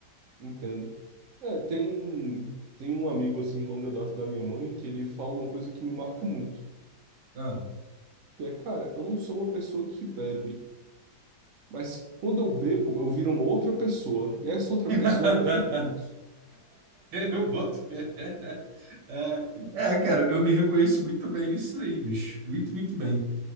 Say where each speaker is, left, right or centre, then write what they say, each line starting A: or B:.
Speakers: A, on the right; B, on the right.
A: entendo. É, tem, tem um amigo assim de longa data da minha mãe que ele fala uma coisa que me marca muito.
B: Ah.
A: que é, cara, eu não sou uma pessoa que bebe, mas quando eu bebo, eu viro uma outra pessoa, e essa outra
B: <laughs>
A: pessoa bebe muito.
B: Eu boto. fé. <laughs> É, é, cara, eu me reconheço muito bem nisso aí, bicho. Muito, muito bem.